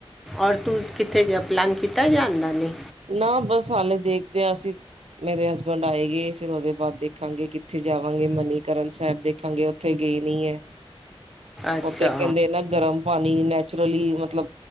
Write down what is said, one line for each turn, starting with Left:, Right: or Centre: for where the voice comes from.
Centre: ਔਰ ਤੂੰ ਕਿਥੇ ਗਿਆ ਪਲੈਨ ਕੀਤਾ ਜਾਣ ਦਾ ਨਹੀਂ।
Right: ਨਾ ਬਸ ਹਲੇ ਦੇਖਦੇ ਹਾਂ ਅਸੀਂ ਮੇਰੇ ਹਸਬੈਂਡ ਆਏ ਗੇ ਫਿਰ ਉਹਦੇ ਬਾਅਦ ਦੇਖਾਂਗੇ ਕਿੱਥੇ ਜਾਵਾਂਗੇ ਮਨੀਕਰਨ ਸਾਹਿਬ ਦੇ ਗੇ ਉੱਥੇ ਗਏ ਨਹੀਂ ਏ।
Centre: ਅੱਛਾ
Right: ਉਥੇ ਕਹਿੰਦੇ ਨਾ ਗਰਮ ਪਾਣੀ ਨੈਚੁਰਲੀ ਮਤਲਬ